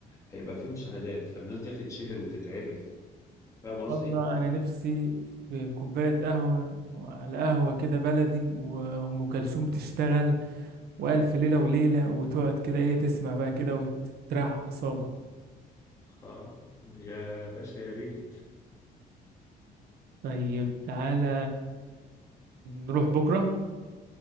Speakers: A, on the left; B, on the right.
A: هيبقى في مشاهدات فالناس دي هتتشهر وتتعرف فاهم قصدي؟
B: والله انا نفسي في كوبايه قهوه وعلى قهوه كده بلدي وام كلثوم تشتغل والف ليله وليله وتقعد كده ايه تسمع بقى كده وتريح اعصابك
A: اه ويا باشا يا ريت
B: طيب تعالى نروح بكره